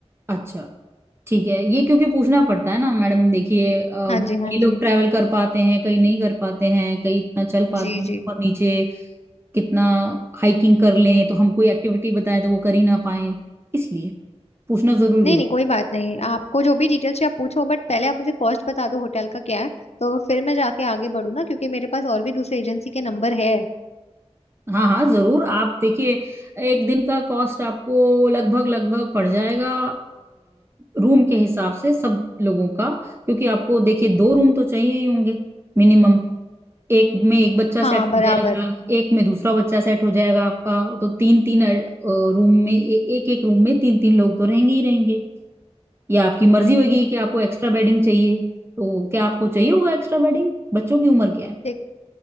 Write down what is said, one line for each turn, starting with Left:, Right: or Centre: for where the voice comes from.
Right: अच्छा ठीक है ये क्योंकि पूछना पड़ता है ना मैडम देखिए अ,
Left: हाँ जी हाँ
Right: कई लोग
Left: जी
Right: ट्रैवल कर पाते हैं कई नहीं कर पाते हैं कई इतना चल पाते
Left: जी
Right: हैं
Left: जी
Right: ऊपर नीचे कितना हाइकिंग कर लें तो हम कोई एक्टिविटी बताएं तो वो कर ही ना पाए इसलिए पूछना जरूरी
Left: नहीं
Right: होता
Left: नहीं कोई बात नहीं आपको जो भी डिटेल्स चाहिए आप पूछो बट पहले आप मुझे कॉस्ट बता दो होटल का क्या है तो फिर मैं जाके आगे बढ़ू ना क्योंकि मेरे पास और भी दूसरे एजेंसी के नंबर है
Right: है। हाँ हाँ जरूर आप देखिए एक दिन का कॉस्ट आपको लगभग लगभग पड़ जाएगा रूम के हिसाब से सब लोगों का क्योंकि आपको देखिए दो रूम तो चाहिए ही होंगे मिनिमम एक में एक बच्चा
Left: हाँ
Right: सेट
Left: बराबर
Right: हो जाएगा एक में दूसरा बच्चा सेट हो जाएगा आपका तो तीन तीन रूम में ए, एक एक रूम में तीन तीन लोग तो रहेंगे ही रहेंगे या आपकी मर्जी होगी कि आपको एक्स्ट्रा बेडिंग चाहिए तो क्या आपको चाहिए होगा एक्स्ट्रा बेडिंग बच्चों की उम्र क्या है
Left: देख